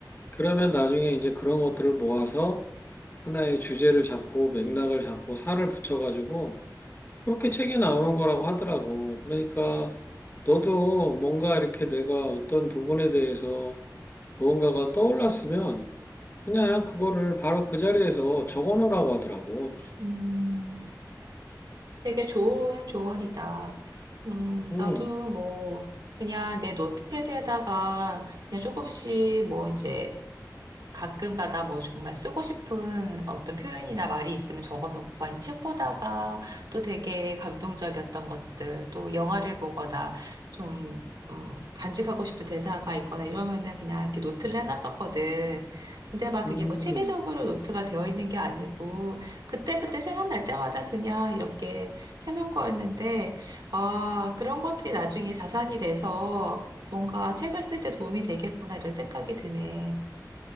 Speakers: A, on the left; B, on the right.
A: 그러면 나중에 이제 그런 것들을 모아서 하나의 주제를 잡고 맥락을 잡고 살을 붙여가지고 그렇게 책이 나오는 거라고 하더라고. 그러니까 너도 뭔가 이렇게 내가 어떤 부분에 대해서 무언가가 떠올랐으면 그냥 그거를 바로 그 자리에서 적어 놓으라고 하더라고.
B: 음, 되게 좋은 조언이다. 음,
A: 음,
B: 나도 뭐, 그냥 내 노트패드에다가 그냥 조금씩 뭐 이제 가끔 가다 뭐 정말 쓰고 싶은 어떤 표현이나 말이 있으면 적어놓고 아니 책 보다가 또 되게 감동적이었던 것들 또 영화를 보거나 좀 음, 간직하고 싶은 대사가 있거나 이러면은 그냥 이렇게 노트를 해놨었거든. 근데 막 그게
A: 음,
B: 뭐 체계적으로 노트가 되어 있는 게 아니고 그때그때 생각날 때마다 그냥 이렇게 해놓은 거였는데 아 그런 것들이 나중에 자산이 돼서 뭔가 책을 쓸 때 도움이 되겠구나 이런 생각이 드네.